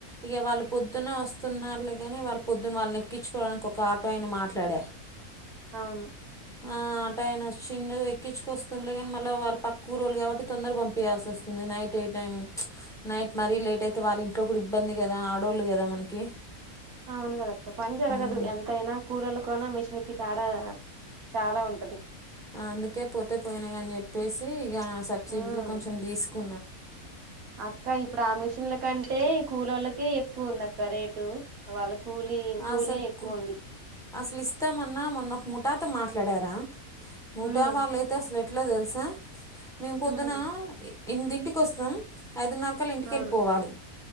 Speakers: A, in the centre; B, on the right.
A: ఇక వాళ్ళు పొద్దున్నే వస్తున్నారులే కాని వాళ్ళు పొద్దున్న వాళ్ళను ఎక్కించుకోవరానికి ఒక ఆటో ఆయను మాట్లాడ
B: అవును
A: ఆ టైన్ వచ్చిండు ఎక్కించుకొస్తుండలే కానీ మళ్ళీ వాళ్ళు పక్క ఊరోళ్ళు కాబట్టి తొందర పంపయాల్సి వస్తుంది నైట్ ఏ టైం నైట్ మరీ లేట్ అయితే వాళ్ళ ఇంట్లో కూడా ఇబ్బంది కదా ఆడోళ్ళు కదా మనకి
B: ఆవునుగద అక్క పని జరగదు
A: ఉమ్.
B: ఎంత యినా కూరలుకు అను మిషిన్కి తేడా చాలా ఉంటది
A: అందుకే పోతే పోయినాయి అని చెప్పేసి ఇగ సబ్సిడీ
B: ఉమ్
A: లో కొంచెం తీసుకు
B: అక్క ఇప్పుడు ఆ మిషన్ల కంటే కూలోళ్ళకే ఎక్కువుంది అక్క రేటు వాళ్ళకు కూలీ కూలే
A: అసలు
B: ఎక్కువ
A: కు-
B: ఉంది
A: అసలు ఇస్తామన్నా మొన్న ఒక ముఠాతో మాట్లాడారా మటా
B: ఉమ్
A: వాళ్ళైతే అసలు ఎట్లా తెలుసా మేము పొద్దున
B: ఉమ్
A: ఎన్మిదింటికి వస్తాం ఐదున్నరకాళ ఇంటికి
B: అవును
A: వెళ్ళిపోవాలి